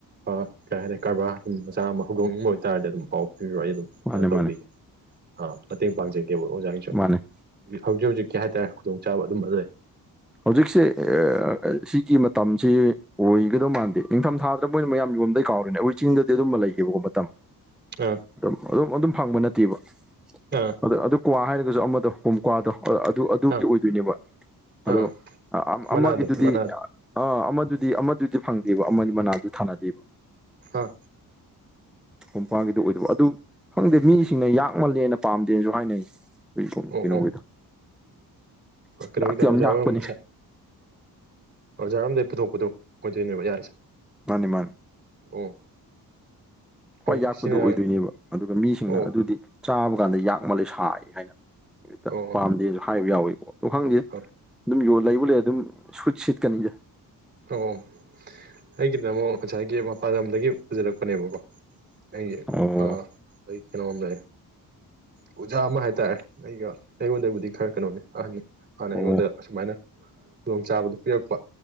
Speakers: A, on the right (about 30°); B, in the centre.
A: ꯑꯥ ꯀꯩ ꯍꯥꯏꯗꯤ ꯀꯔꯕꯥꯔ ꯎꯝ ꯃꯆꯥ ꯑꯃ ꯍꯧꯗꯣꯛꯅꯤꯡꯕ ꯑꯣꯏꯇꯥꯔꯗꯤ ꯑꯗꯨꯝ ꯄꯥꯎ ꯄꯤꯕꯤꯔꯛꯑꯣ ꯑꯩ ꯑꯗꯨꯝ ꯀꯩꯅꯣ
B: ꯃꯥꯅꯦ ꯃꯥꯅꯦ
A: ꯇꯧꯕꯤꯒꯦ ꯑꯥ ꯃꯇꯦꯡ ꯄꯥꯡꯖꯒꯦꯕ ꯑꯣꯖꯥꯒꯤ
B: ꯃꯥꯟꯅꯦ
A: ꯌꯨ ꯍꯧꯖꯤꯛ ꯍꯧꯖꯤꯛꯀꯤ ꯍꯥꯏꯇꯥꯔꯦ ꯈꯨꯗꯣꯡꯆꯥꯕ ꯑꯗꯨꯝꯕ ꯂꯩ
B: ꯍꯧꯖꯤꯛꯁꯦ ꯑꯦꯑꯥ ꯑꯦ ꯁꯤꯒꯤ ꯃꯇꯝꯁꯤ ꯑꯣꯏꯒꯗꯣ ꯃꯥꯟꯗꯦ ꯅꯤꯡꯊꯝ ꯊꯥꯗꯅ ꯃꯣꯏꯅ ꯃꯌꯥꯝ ꯌꯣꯟꯕꯗꯩ ꯀꯥꯎꯔꯤꯅꯦ ꯑꯩꯍꯣꯏ ꯆꯤꯡꯗꯗꯤ ꯑꯗꯨꯝꯕ ꯂꯩꯇꯦꯕꯀꯣ ꯃꯇꯝ
A: ꯑꯥ
B: ꯑꯗꯨꯝ ꯑꯗꯨꯝ ꯑꯗꯨꯝ ꯐꯪꯕ ꯅꯠꯇꯦꯕ
A: ꯑꯥ
B: ꯑꯗꯣ ꯑꯗꯨ ꯀ꯭ꯋꯥ ꯍꯥꯏꯔꯒꯁꯨ ꯑꯃꯗꯣ ꯀꯣꯡꯀ꯭ꯋꯥꯗꯣ ꯑꯥ ꯑꯗꯨ ꯑꯗꯨꯒꯤ
A: ꯑꯥ
B: ꯑꯣꯏꯗꯣꯏꯅꯦꯕ ꯑꯗꯣ
A: ꯑꯥ
B: ꯑꯑꯥ
A: ꯃꯅꯥꯗꯣ
B: ꯑꯃꯒꯤꯗꯨꯗꯤ
A: ꯃꯅꯥꯗꯣ
B: ꯑꯥ ꯑꯃ ꯗꯨꯗꯤ ꯑꯃꯗꯨꯗꯤ ꯐꯪꯗꯦꯕ ꯑꯃ ꯃꯅꯥꯗꯨ ꯊꯥꯅꯗꯦꯕ
A: ꯑꯥ
B: ꯀꯣꯡ ꯋꯥꯒꯤꯗꯣ ꯑꯣꯏꯗꯣꯏꯕ ꯑꯗꯨ ꯈꯪꯗꯦ ꯃꯤꯁꯤꯡꯅ ꯌꯥꯛꯃꯜꯂꯦꯅ ꯄꯥꯝꯗꯦꯅꯁꯨ ꯍꯥꯏꯅꯩ ꯑꯩꯈꯣꯏꯒꯤ
A: ꯑꯣ
B: ꯀꯩꯅꯣꯒꯤꯗꯣ꯫
A: ꯀꯩꯅꯣꯒꯤꯗ
B: ꯌꯥꯛꯇꯤ ꯌꯥꯝ
A: ꯑꯣꯖꯥ
B: ꯌꯥꯛꯄꯅꯦ
A: ꯍꯣꯏꯔꯣꯝ ꯑꯣꯖꯥꯔꯣꯝꯗꯩ ꯄꯨꯊꯣꯛꯄꯗꯣ ꯑꯣꯏꯗꯣꯏꯅꯦꯕ ꯌꯥꯔꯤꯁꯦ꯫
B: ꯃꯥꯅꯦ ꯃꯥꯅꯦ꯫
A: ꯑꯣ꯫
B: ꯈ꯭ꯋꯥꯏ
A: ꯍꯧꯖꯤꯛꯀꯤꯁꯤꯅ
B: ꯌꯥꯛꯄꯗꯨ ꯑꯣꯏꯗꯣꯏꯅꯦꯕ ꯑꯗꯨꯒ ꯃꯤꯁꯤꯡꯅ
A: ꯑꯣ
B: ꯑꯗꯨꯗꯤ ꯆꯥꯕ ꯀꯥꯟꯗ ꯌꯥꯛ ꯃꯥꯜꯂꯦ ꯁꯥꯏ ꯍꯥꯏꯅ꯫ ꯍꯦꯛꯇ
A: ꯑꯣ
B: ꯄꯥꯝꯗꯦꯁꯨ ꯍꯥꯏꯕ ꯌꯥꯎꯋꯦꯕꯣ ꯑꯗꯣ ꯈꯪꯗꯦ
A: ꯑꯣ
B: ꯑꯗꯨꯝ ꯌꯣ ꯂꯩꯕꯨ ꯂꯩꯔ ꯑꯗꯨꯝ ꯁꯨꯠ ꯁꯤꯠꯀꯅꯤꯗ꯫
A: ꯑꯣ ꯑꯩꯒꯤꯗ ꯑꯃꯨꯛ ꯉꯁꯥꯏꯒꯤ ꯃꯄꯥꯟ ꯂꯝꯗꯒꯤ ꯄꯨꯁꯜꯔꯛꯄꯅꯦꯕꯀꯣ꯫ ꯑꯩ
B: ꯑꯣ
A: ꯑ ꯑꯩ ꯀꯩꯅꯣꯝꯗ ꯑꯣꯖꯥ ꯑꯃ ꯍꯥꯏꯇꯥꯔꯦ ꯑꯩꯒ ꯑꯩꯉꯣꯟꯗꯕꯨꯗꯤ ꯈꯔ ꯀꯩꯅꯣꯅꯤ ꯑꯍꯟꯅꯤ꯫ ꯃꯥꯅ
B: ꯑꯣ
A: ꯑꯩꯉꯣꯟꯗ ꯑꯁꯨꯃꯥꯏꯅ ꯈꯨꯗꯣꯡꯆꯥꯥꯕꯗꯨ ꯄꯤꯔꯛꯄ